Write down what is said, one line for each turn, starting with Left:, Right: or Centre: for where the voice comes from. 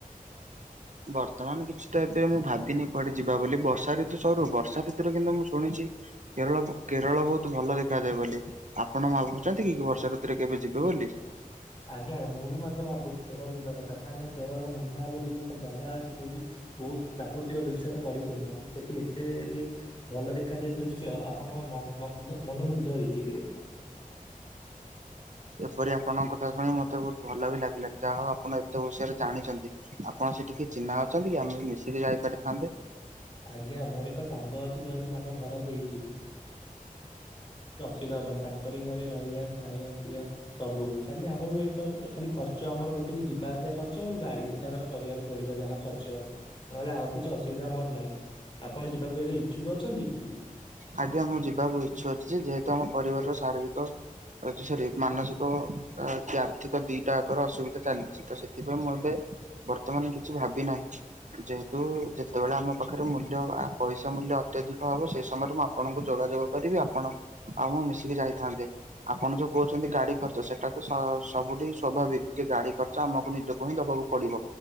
Right: ବର୍ତ୍ତମାନ କିଛି ତ ଏବେ ମୁଁ ଭାବିନି କୁଆଡେ ଯିବା ବୋଲି ବର୍ଷା ଋତୁ ସରୁ ବର୍ଷା ଋତୁରେ କିନ୍ତୁ ମୁଁ ଶୁଣିଛିି ଚି କେରଳ କେରଳ ବହୁତ ଭଲ ଦେଖାଯାଏ ବୋଲି ଆପଣ ମା ଭାବୁଛନ୍ତି କି ବର୍ଷା ଋତୁରେ କେବେ ଯି ବେ ବୋଲି।
Left: ଆଜ୍ଞା ମୁଁ ବି ମଧ୍ୟ ଭାବୁଛି କେରଳ ଯିବା କଥା କାହିଁକି ନା କେରଳର ମୁନାର ବୋଲି ଏକ ଜାଗା ଅ ଚି ଯୋଉଠି ବହୁତ ପ୍ରାକୃତିକ ଦୃଶ୍ୟର ପରିପୂର୍ଣ୍ଣ ସେଠି ଏତେ ଯେ ଭଲ ଦେଖାଯାଏ ଦୃ ୟ ଆପଣ ମ ମଗ୍ଧ ମନମୁଗ୍ଧ ହେଇଯିବେ।
Right: ପରି ଆପଣଙ୍କ କଥା ଶୁଣି ମତେ ବହୁତ ଭଲ ବି ଲାଗିଲା ଯାହା ହଉ ଆପଣ ଏତେ ବିଷୟରେ ଜାଣିଛନ୍ତି ଆପଣ ସେଠିକି ଚିହ୍ନା ଅଛନ୍ତି କି ଆମେ ମିଶିକି ଯାଇପାରିଥାନ୍ତେ।
Left: ଆଜ୍ଞା ମୋର ଏକ ସାଙ୍ଗ ଅଛି ଯେଉଁଠି ତାଙ୍କ ଘର ସେଇଠି ଶୁବିଧା ହବନି ତାଙ୍କରି ଘରେ ରହିବା ଖାଇବା ପିଇବା ସବୁ ଖାଲି ଆମକୁ ଏକ ଅ। ଖାଲି ଖର୍ଚ୍ଚ ଆମର ଗୋଟେ ହି ଯିବାଆସିବା ଖର୍ଚ୍ଚ ଆଉ ଗାଡି ସେଠାକାର କରିବାକୁ ପଡିବ ଯାହା ଖର୍ଚ। ନହେଲେ ଆଉ କିଛି ଅସୁବିଧା ଆମର ନାହିଁ ଆପଣ ଯିବାକୁ ଏରେ ଇଚ୍ଛୁକ ଅଛନ୍ତି କି?
Right: ଆଜ୍ଞା ମୁଁ ଯିବାକୁ ଇଚ୍ଛା ଅଛି ଯେହେତୁ ଆମ ପରିବାରର ଶାରୀରିକ। ଏ ଯଉ ସରି ମାନସିକ ଅ କି ଆର୍ଥିକ ଦିଟା ଆକର ଅସୁବିଧା ଚାଲିଛି ତ ସେଥିପାଇଁ ମୁଁ ଏବେ। ବର୍ତ୍ତମାନ କିଛି ଭାବି ନାହିଁ ଯେହେତୁ ଯେତେବେଳେ ଆମ ପାଖରେ ମୂଲ୍ୟ ଆ ପଇସା ମୂଲ୍ୟ ଅତ୍ୟଧିକ ହବ ସେ ସମୟରେ ମୁଁ ଆପଣଙ୍କୁ ଯୋଗାଯୋଗ କରିବି ଆପଣ ଆଉ ମୁଁ ମିଶିକି ଯାଇଥାନ୍ତେ ଆପଣ ଯୋଉ କହୁଛନ୍ତି ଗାଡି ଖ ଆଚ୍ଛା ସେଟା ତ ସ-ସବୁଠି ସ୍ୱଭାବିକ ଯେ ଗାଡି ଖର୍ଚ୍ଚ ଆମକୁ ନିଜକୁ ହିଁ ଦବାକୁ ପଡିବ